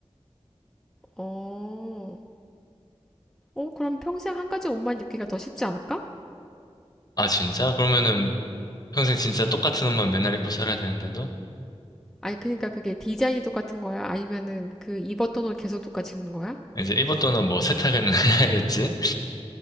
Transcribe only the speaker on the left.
아, 진짜? 그러면은 평생 진짜 똑같은 옷만 맨날 입고 살아야 되는데도?
이제 입었던 옷뭐 세탁은 <laughs> 해야겠지?